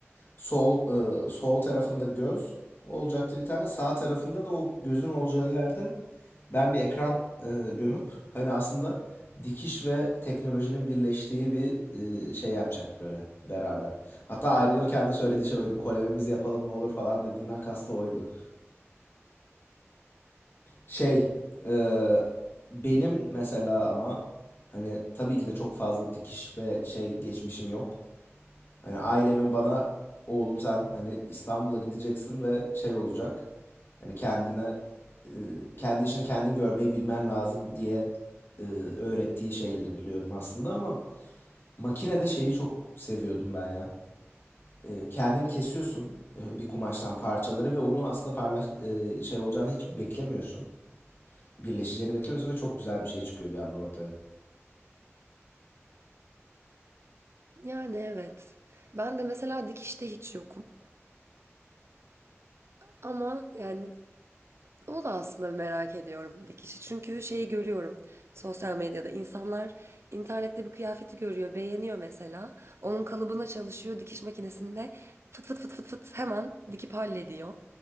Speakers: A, on the left (about 50°); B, on the right (about 60°).
A: Sol e, sol tarafında göz olacaktı bir tane. Sağ tarafında da o gözün olacağı yerde ben bir ekran e, gömüp hani aslında dikiş ve teknolojinin birleştiği bir e, şey yapacaktık öyle beraber. Hatta ayrılırken de söylediği şey oydu. Kolabimizi yapalım ne olur falan dediğinden kastı oydu. Şey e, benim mesela ama hani tabii ki de çok fazla dikiş ve şey geçmişim yok. Hani ailemin bana oğlum sen hani İstanbul'a gideceksin ve şey olacak. Hani kendine e, kendi işini kendin görmeyi bilmen lazım diye e, öğrettiği şeyleri biliyorum aslında ama makinede şeyi çok seviyordum ben ya. E, kendin kesiyorsun e, bir kumaştan parçaları ve onu aslında parlaş e, şey olacağını hiç beklemiyorsun. Birleşeceğini beklemiyorsun ve çok güzel bir şey çıkıyor bir anda ortaya.
B: Yani evet. Ben de mesela dikişte hiç yokum. Ama yani O da aslında merak ediyorum dikişi. Çünkü şeyi görüyorum sosyal medyada. insanlar internette bir kıyafeti görüyor, beğeniyor mesela. Onun kalıbına çalışıyor dikiş makinesinde fıt fıt fıt fıt fıt hemen dikip hallediyor.